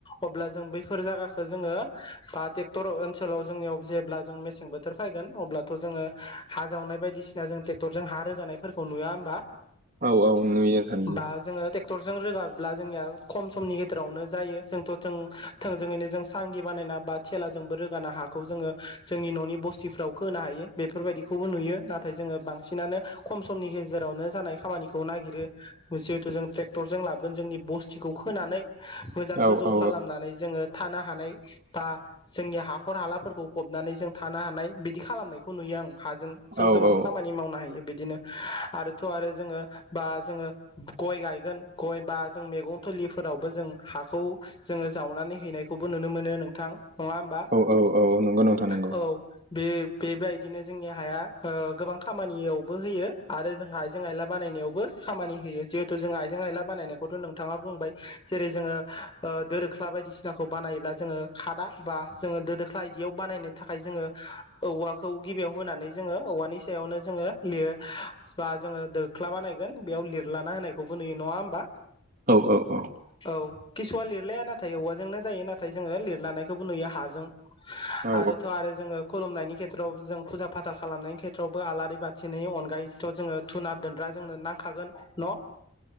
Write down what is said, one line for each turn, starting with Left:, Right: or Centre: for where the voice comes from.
Left: अब्ला जों बैफोर जागाखौ जोङो हा ट्रेक्टर ओनसोलाव जोंनियाव जेब्ला जों मेसें बोथोर फायगोन अब्लाथ' जोङो हा जावनाय बायसिना जों ट्रेक्टरजों हा रोगानाय फोरखौ नुया होमबा
Right: औ औ नुयो नोंथां नुयो
Left: बा जोङो टेक क्टरजों रोगाब्ला जोंनिया खम समनि गेजेरावनो जायो जोंथ' जों थोंजोङैनो जों सांगि बानायना बा थेलाजोंबो रोगाना हाखौ जोङो जोंनि न'नि बस्तफ्राव खोहोनो हायो बेफोरबायदिखौबो नुयो नाथाय जोङो बांसिनानो खम समनि गेजेरावनो जानाय खामानिखौ नागिरो जिहेथु जों ट्रेक्टरजों लाबोगोन जोंनि बस्तिखौ खोनानै मोजां
Right: औ
Left: गोजौ
Right: औ
Left: खालामनानै जोङो थानो हानाय बा जोंनि हाखर हालाफोरखौ फबनानै जों थानो हानाय बिदि खालामनायखौ नुयो आं हाजों जों
Right: औ
Left: गोबां
Right: औ
Left: खामानि मावनो हायो बिदिनो आरोथ' आरो जोङो बा जोङो गय गायगोन गय बा जों मैगं फोलिफोरावबो जों हाखौ जोङो जावनानै हैनायखौबो नुनो मोनो नोंथां नङा होमबा
Right: औ औ नंगौ नोंथा नोंगौ
Left: औ बे बेबायदिनो जोंनि हाया गोबां खामानियावबो होयो आरो जोंहा आइजें आइला बानायनायावबो खामानि होयो जिहेथु जों आइजें आयला बानायनायखौथ' नोंथाङा बुंबाय जेरै जोङो ओ दो दोख्ला बायदिसिनाखौ बानायोब्ला जोङो खादा बा जोङो दो दोख्ला बिदियाव बानायनो थाखाय जोङो औवाखौ गिबियाव होनानै जोङो औवानि सायावनो जोङो लिर बा जोङो दोख्ला बाानायगोन बेयाव लिरलाना होनायखौबो नुयो नङा होमबा
Right: औ औ औ
Left: औ किसुआ लिरलाया नाथाय औवाजोंनो जायो नाथाय जोङो लिरलानायखौबो नुयो हाजों
Right: औ
Left: आरो थ' आरो जोङो खुलुमनायनि खे्रआव जों फुजा फाथाल खालामनायनि खेथ्रआवबो आलारि बाथिनि अनगायैथ' जोङो धुना दोनग्रा जोंनो नांखागोन न'